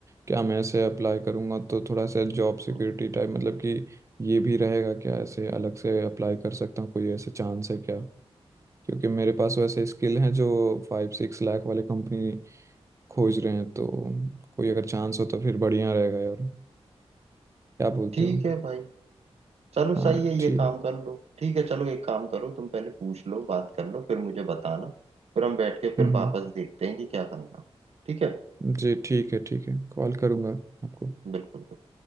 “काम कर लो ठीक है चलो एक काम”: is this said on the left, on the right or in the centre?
Right